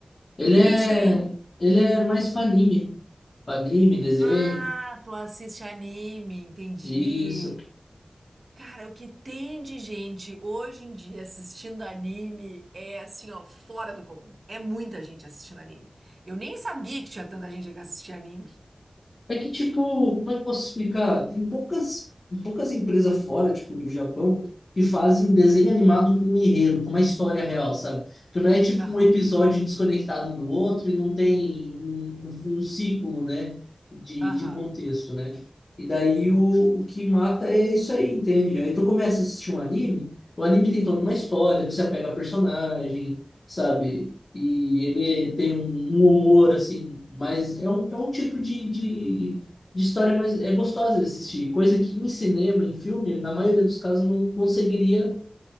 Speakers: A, on the left; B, on the right.
A: Ele
B: Que
A: é,
B: que é isso aí?
A: ele é mais pra anime. Pra anime, desenho.
B: Ah, tu assiste anime, entendi.
A: Isso.
B: Cara, o que tem de gente hoje em dia assistindo anime é assim, ó, fora do comum. É muita gente assistindo anime. Eu nem sabia que tinha tanta gente que assistia anime.
A: É que, tipo, como é que eu posso explicar? Tem poucas, poucas empresas fora, tipo, do Japão, que fazem desenho animado com um enredo, com uma história real, sabe? Que não é, tipo,
B: Aham,
A: um episódio desconectado do outro e não tem um, um, um ciclo, né, de,
B: aham.
A: de contexto, né? E daí o, o que mata é isso aí, entende? Aí tu começa a assistir um anime, o anime tem toda
B: Uhum.
A: uma história, tu se apega a personagem, sabe? e ele tem um, um humor assim, mas é um, é um tipo de, de, de história mais é gostosa de assistir, coisa que em cinema, em filme, na maioria dos casos não conseguiria,